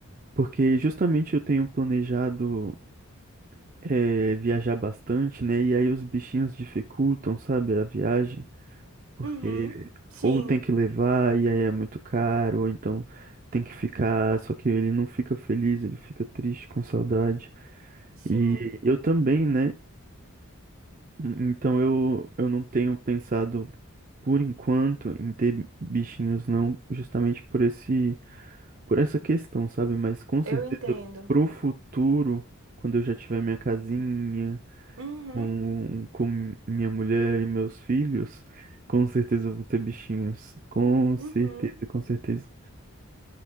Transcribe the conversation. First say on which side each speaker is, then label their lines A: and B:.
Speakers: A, on the right; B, on the right.
A: porque justamente eu tenho planejado eh, viajar bastante, né? E aí os bichinhos dificultam, sabe, a viagem. Porque
B: uhum, sim,
A: ou tem que levar e aí é muito caro, ou então tem que ficar, só que ele não fica feliz, ele fica triste, com saudade.
B: sim,
A: E eu também, né? Então eu, eu não tenho pensado por enquanto em ter bichinhos, não, justamente por esse, por essa questão, sabe? Mas com
B: eu
A: certeza
B: entendo.
A: pro futuro, quando eu já tiver minha casinha,
B: Uhum,
A: com, com minha mulher e meus filhos, com certeza eu vou ter bichinhos. Com certeza,
B: uhum.
A: com certeza.